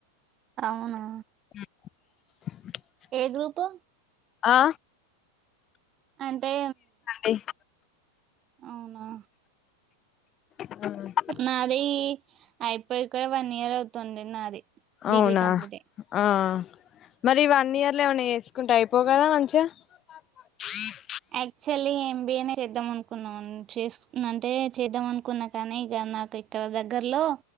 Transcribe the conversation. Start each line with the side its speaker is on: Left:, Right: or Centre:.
Right: అవునా
Left: అ
Right: ఏ గ్రూపు
Left: ఆ
Right: అంటే
Left: ఏ
Right: అవునా
Left: ఆ
Right: నాది అయిపోయి కూడా వన్ ఇయర్ అవుతుంది నాది డిగ్రీ
Left: అవునా
Right: కంప్లీట్ అయి
Left: ఆ మరి వన్ ఇయర్ లో ఏమనా ఏసుకుంటే అయిపో కదా మంచిగా <unintelligible>
Right: యాక్చువల్లీ ఎంబిఏనే చేద్దాం అనుకున్నాం చేస్ అంటే చేద్దాం అనుకున్నా కానీ ఇగ నాకు ఇక్కడ దగ్గరలో